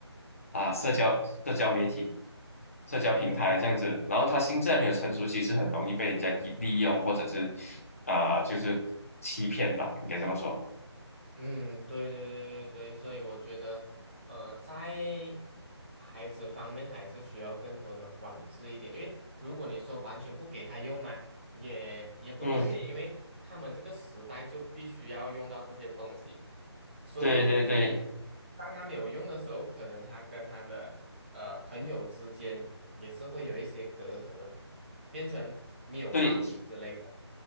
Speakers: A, on the left; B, on the right.
A: 啊，社交社交媒体、社交平台这样子，
B: 嗯
A: 然后他心智还没有成熟，其实很容易被人家利利用，或者是啊、就是欺骗吧，应该这么说。
B: 嗯，对对对对对所以我觉得，呃，在孩子方面还是需要更多的管制一点，因为如果你说完全不给他用嘛，也也不对，
A: 嗯，
B: <laughs> 因为他们这个时代就必须要用到这些东西，所以
A: 对对对
B: 当他没有用的时候，可能他跟他的呃朋友之间也是会有一些隔阂，变成没有话题之类的。
A: 对，